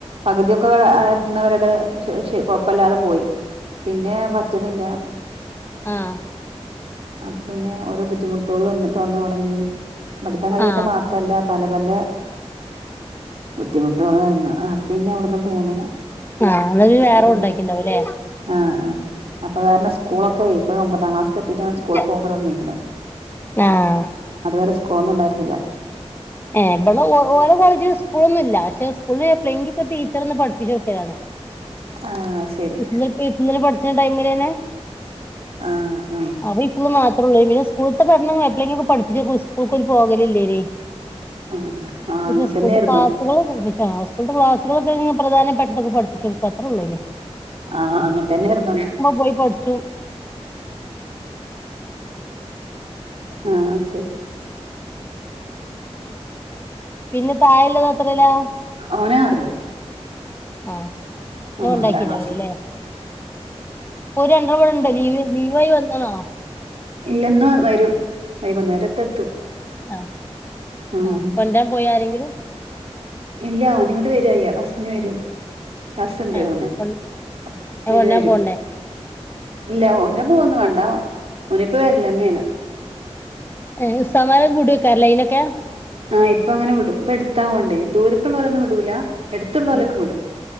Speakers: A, on the right; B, on the left.
A: പകുതിയൊക്കെ ആ എത്ത്ന്നവര്ടെ കൊഴപ്പല്ലാതെ പോയി പിന്നെ പറ്റ്ണില്ല
B: ആഹ്
A: അപ്പം പിന്നെ ഓരോ ബുദ്ധിമുട്ടുകള് വന്ന് വന്നു തുടങ്ങി പഠിക്കാൻ കഴിയാത്ത
B: ആ ആ
A: മാത്രവല്ല പല പല ബുദ്ധിമുട്ടോള് വന്ന് ആഹ് അപ്പൊ പിന്നെ അവിടന്ന് പോന്നു
B: അന്നൊക്കെ
A: എന്നിട്ട്
B: വേറെ
A: പിന്നെ
B: ഉണ്ടാക്കിണ്ടാവുംല്ലേ
A: ആഹ് ആഹ് അപ്പൊ അത് കാരണം സ്കൂളൊക്കെ ഇപ്പൊ ഒമ്പതാം ക്ലാസ്ക്ക്‌ എത്തിയിട്ടാണ് സ്കൂള്
B: ആ
A: പോകല് തുടങ്ങിയേക്കണെ
B: ആ
A: അതുവരെ സ്കൂളൊന്നും ഉണ്ടായിരുന്നില്ല
B: ഏഹ് ഇവിടെ ഓ ഓരോ കോളേജിലും സ്കൂള് ഒന്നുമില്ല പക്ഷെ സ്കൂളിലെ <unintelligible> പഠിപ്പിച്ചത് ഒന്ന് പഠിപ്പിച്ച് നോക്കിയതാണ്
A: ആഹ് ശരി
B: ഇന്ന് ഇപ്പം ഇങ്ങനെ പഠിച്ച ടൈമില് തന്നെ
A: ആഹ് ആഹ്
B: അപ്പോ ഇപ്പോ മാത്ര ഉള്ളൂ ഇവനെ സ്കൂളിത്തെ കാരണം അത്രെയെങ്കി പഠിപ്പിച്ച സ്കൂൾക്ക്‌ ഒര് പോകലില്ലേനി
A: ആഹ്
B: <unintelligible>
A: അങ്ങനെ
B: ആഹ് സ്കൂള്ത്തെ
A: തന്നെയായിരുന്നു
B: ക്ലാസുകളൊക്കെ ഇങ്ങനെ പ്രധാനപ്പെട്ടതൊക്കെ പഠിപ്പിച്ചോടുക്കും അത്ര ഉള്ളൂ അയിന്
A: ആഹ് അങ്ങനത്തന്നെയായിരുന്നു
B: പോയി പഠിച്ചും
A: ആഹ് ആഹ് ശരി
B: പിന്നെ താഴെള്ളത് എത്രേലാ
A: ഓൻ ആറില്
B: ആഹ് ഇന്നെ
A: ആഹ്
B: കൊണ്ടാക്കിണ്ടാവൂലല്ലേ
A: ഒരാ ക്ലാസില്
B: ഓര് രണ്ടും ഇവിടുണ്ട് ലീവ് ലീവായി വന്നാണോ
A: ഇല്ലിന്ന് വരും വൈകുന്നേരത്ത് എത്തും
B: ആഹ്
A: ഉം
B: ആ കൊണ്ടരാൻ പോയി ആരെങ്കിലും
A: ഇല്ല ഓനിങ്ങോട്ട് വരും അയ്യ ബസിന് വരും കസ്ണ്ട്
B: ഏഹ്
A: പറന്നെ
B: കൊ
A: അപ്പ അയിന്
B: കൊണ്ടരാൻ
A: വരും
B: പോണ്ടേ
A: ഇല്ല ഓനെ പോ പോന്നു വേണ്ട ഓനിപ്പോ വരിലന്നെയാണ്
B: ഏ സമാരം കൂടി വെക്കാറില്ല ഇനൊക്കെ
A: ആഹ് ഇപ്പ അങ്ങനെ വിട ഇപ്പ എടുത്താവോണ്ട ദൂരക്കെയുള്ളവഓരൊന്നും വിടൂല എടുത്തുള്ള പോലൊക്കെ
B: ഉം
A: വിടും